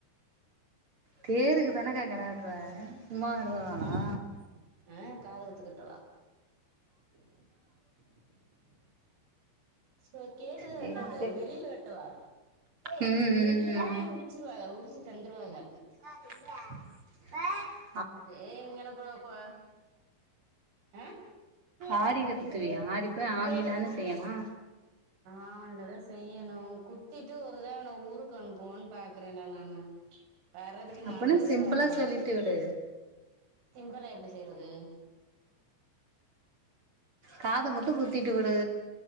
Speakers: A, on the right (about 35°); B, on the right (about 85°).
A: தேருக்கு தானக்க கடா வெட்டுவாக சும்மா வருவாகளா
B: ஆ ஆ காதுத்து கிட்டதா சோ கேட்டுத
A: சேரி
B: வெட்டடு
A: சேரி
B: வெளில வெட்டதா
A: ம்
B: வெளியில
A: ம்
B: வெட்டிய
A: ஆமா
B: உரி வச்சிருவாக உரிச்சு தந்துருவாங்க
A: ஆரிங்கள ச்
B: ஏய் இங்கன கோ கோ ஆ
A: ஆடியில குத்துவியா ஆடி போய் ஆவணி தான செய்யணு
B: ஆவணிலதா செய்யணு குத்திட்டு ஒருத அவன ஊருக்கு அனுப்புவோன்னு பாக்குறேன்டா நானு வர்றதுக்கு
A: அப்பன்னா
B: நாலு வருஷ
A: சிம்பிளா
B: ஆகு
A: சொல்லிட்டு விடு
B: சிம்பலா எப்டி செய்றது
A: காத மட்டு குத்திட்டு விடு